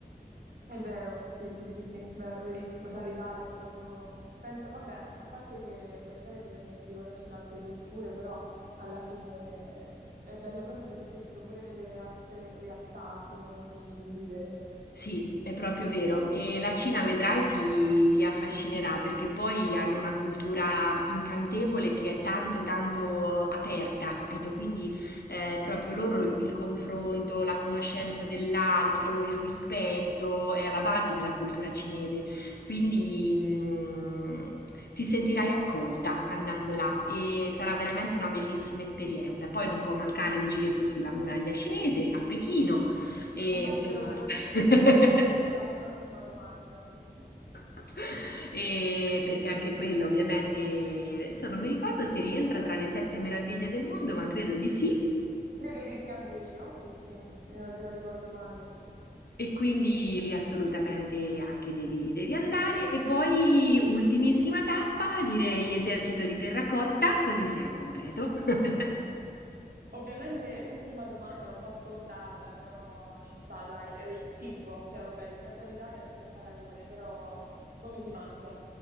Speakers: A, on the right; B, on the left.
A: È vero, sì, sì, sì, sì, vero, verissimo. Cioè l'Italia è proprio, penso, vabbè, a parte che viaggiare ti permette di conoscere altre culture, però alla fine è bello proprio per questo, pure vedere altre realtà, altri modi di, di vivere.
B: Sì, è proprio vero. E la Cina, vedrai, ti, ti affascinerà perché poi hanno una cultura incantevole che è tanto, tanto aperta, capito? Quindi eh, proprio loro il confronto, la conoscenza dell'altro, il rispetto è alla base della cultura cinese. Quindi mh, ti sentirai accolta andando là e sarà veramente una bellissima esperienza. Poi non può mancare un giretto sulla muraglia cinese a Pechino e
A: Infatti
B: insomma.
A: te lo volevo chiedere,
B: <laughs>
A: era proprio la mia prossima domanda, sì. <laughs>
B: <laughs> E perché anche quello, ovviamente, adesso non mi ricordo se rientra tra le sette meraviglie del mondo, ma credo di sì.
A: Credo di sì anche io, sì, sì, Eh, se non ricordo male, sì.
B: E quindi lì assolutamente anche devi, devi andare. E poi, ultimissima tappa, direi esercito di terracotta, così sei al completo. <laughs>
A: Ovviamente, ultima domanda un po' scontata, però ci sta, dai, Eh, il cibo, cioè vabbè, rispetto all'Italia non c'è paragone, però come si mangia?